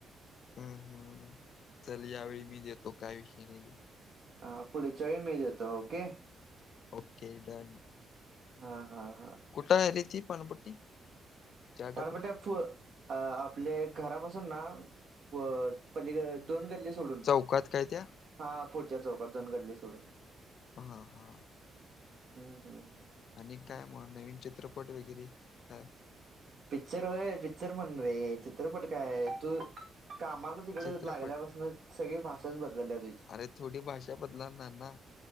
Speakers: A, on the left; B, on the right.
A: हम्म हम, चल,
B: हम्म.
A: यावेळी मी देतो, काय विषय नाहीे.
B: हा, पुढच्या वेळी मी देतो, ओके.
A: Okay, done.
B: हा हा हा.
A: कुठं आहे त्याची पानपट्टी? चहा
B: पानपट्टी
A: टपरी?
B: प अ... आपल्या घरापासून ना प पल्ली क दोन गल्ली सोडून
A: चौकात काय त्या?
B: हां, पुढच्या चौकात दोन गल्ली सोडून.
A: हां हा.
B: हम्म हम्म हम्म.
A: आणि काय मग, नवीन चित्रपट वगैरे काय?
B: पिक्चर होय, पिक्चर म्हण रे, चित्रपट काय तू कामाला तिकडं
A: चित्रपट?
B: लागल्यापासनं सगळी भाषाच बदलाल्या तुझी.
A: अरे थोडी भाषा बदलणार ना.